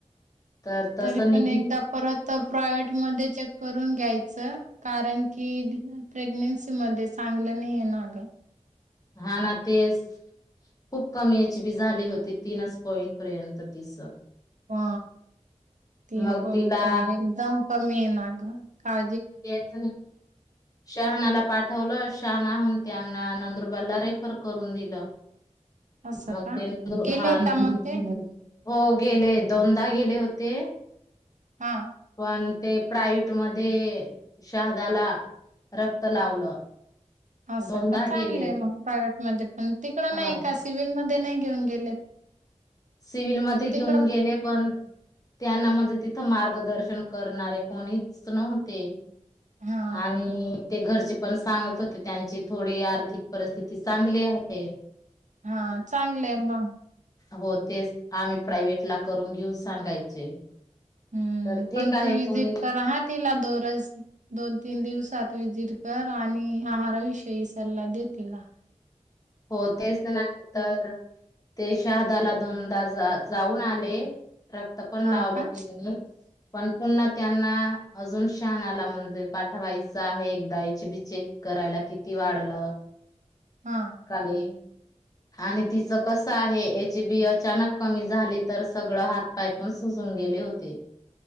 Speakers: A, on the left (about 30°); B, on the right (about 75°).
A: तर तसं
B: तरी
A: निगी
B: पण एकदा परत प्रायव्हेट मध्ये चेक करून घ्यायचं, कारण की <unintelligible> प्रेग्नेन्सी मध्ये चांगलं नाही आहे नाग
A: हा ना ते खूप कमी एच बी झाली होती तीनच पॉइंट पर्यंत तिस
B: हा तीन
A: मग
B: पॉइंट
A: तिला
B: एकदम कमी आहे ना ग का
A: तेच शहानाला पाठवलं शहानाहून त्यांना नंदुरबारला रेफर करून दिलं.
B: असं
A: मग
B: का
A: ते न
B: गेलेय
A: हा नंद
B: का मग ते
A: हो गेले दोनदा गेले होते.
B: हा
A: पण ते प्रायवेट मध्ये शहादाला रक्त लावलं.
B: असं
A: दोनदा
B: का चांगलं
A: गेले
B: मग प्रायव्हेट मध्ये पण तिकडं
A: अ
B: नाही का सिव्हिलमध्येध्ये नाही घेऊन गेलेत.
A: सिव्हलमध्येध्ये
B: तिकडं
A: घेऊन गेले पण त्यांना म्हणजे तिथं मार्गदर्शन करणारे कोणीच नव्हते.
B: हा
A: आणि ते घरचे पण सांगत होते त्यांची थोडी आर्थिक परिस्थिती चांगली आहे.
B: हा चांगले मग
A: होत. तेच आम्ही प्रायवट ला करून घेऊ सांगायचे.
B: हम्म
A: तर ठीक
B: पण
A: आहे
B: तू विजिट
A: तुम्ही
B: कर ह तिला दोरस दोन तीन दिवसात विजिट कर आणि आहाराविषयी सल्ला दे तला
A: हो तेच नाही तर ते शहादाला दोनदा जाऊन आलेक् पण
B: हा
A: लावलं
B: का
A: ते पण पुन्हा त्यांना अजून शहानाला म्हणजे पाठवायचं आहे एकदा एचबी चेक करायला किती वाढलं.
B: हा.
A: काय आणि तिचं कसं आहे एचबी अचानक कमी झाली तर सगळं हातपाय पण सुजून गेले होते.